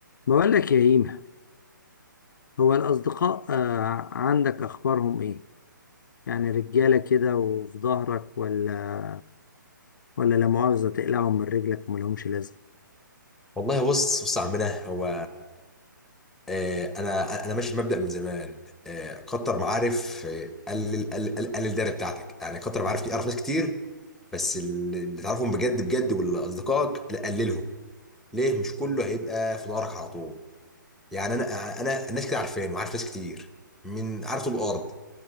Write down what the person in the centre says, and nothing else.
والله بص بص يا عمنا هو آه، انا انا ماشي بمبدأ من زمان آه، كتر معارف آه، قلل قلل قلل قلل الدايره بتاعتك يعني كتر معارف دي اعرف ناس كتير بس اللي اللي تعرفهم بجد بجد واللي اصدقائك لا قللهم ليه مش كله هيبقى في دارك على طول يعني انا انا الناس كده عارفين وعارف ناس كتير من عارف طول الارض